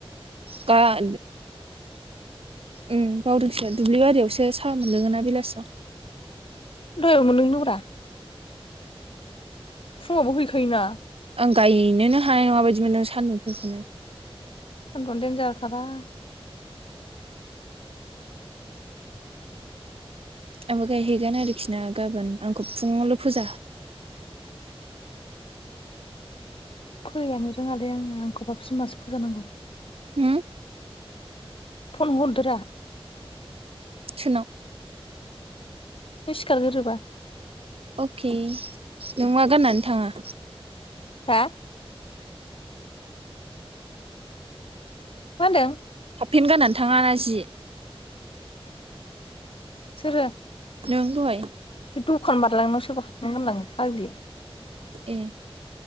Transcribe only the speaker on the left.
दहायबो मोनलोंदोंब्रा फुंङावबो हैखायोना
<unintelligible>
फोजानो रोङालै आङो आंखौबा बिमासो फोजानांगौ।
फन हरदोरा
नों सिखारगोरोबा
हा? मा होन्दों?
सोरो
बे दखान बारलांनायाव सोरबा हाबफेन गोनलाङो फाग्लि।